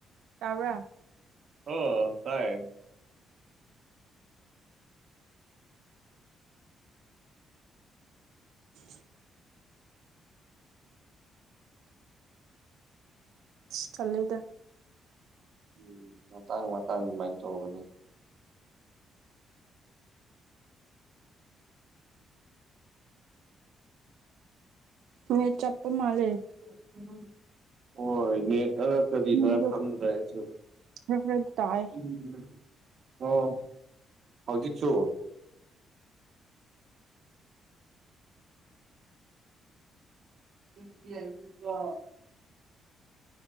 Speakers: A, on the right (about 85°); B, on the right (about 45°).
A: ꯇꯥꯕ꯭ꯔꯥ
B: ꯑꯣ ꯇꯥꯏꯌꯦ
A: <unintelligible> ꯏꯁ ꯆꯜꯂꯦꯗ
B: ꯎꯝ ꯃꯇꯥꯡ ꯃꯇꯥꯡ ꯑꯗꯨꯃꯥꯏꯅ ꯆꯧꯕꯅꯤ
A: ꯅꯦꯠ ꯆꯞꯄ ꯃꯥꯜꯂꯦ
B: <unintelligible> ꯍꯣꯏ ꯅꯦꯠꯅꯔꯥ ꯀꯔꯤꯅꯔꯥ
A: ꯅꯪꯒꯤꯗꯣ
B: ꯈꯪꯗ꯭ꯔꯦ ꯑꯩꯁꯨ
A: ꯈꯔ ꯈꯔꯗꯤ ꯇꯥꯏꯑꯦ
B: ꯎꯝ ꯑꯣ ꯍꯧꯖꯤꯛꯁꯨ <unintelligible>